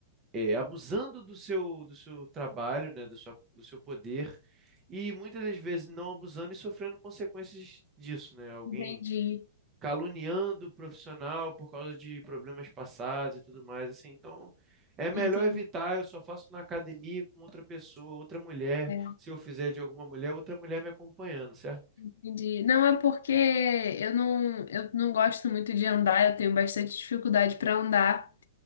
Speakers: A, on the right; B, on the left.
A: é, abusando do seu, do seu trabalho, né? Do sua, do seu poder, e muitas das vezes não abusando e sofrendo consequências disso, né? Alguém
B: entendi,
A: caluniando o profissional por causa de problemas passados e tudo mais, assim. Então, é melhor
B: entendi,
A: evitar. Eu só faço na academia com outra pessoa, outra mulher.
B: é,
A: Se eu fizer de alguma mulher, outra mulher me acompanhando, certo?
B: entendi. Não é porque eu não, eu não gosto muito de andar, eu tenho bastante dificuldade para andar,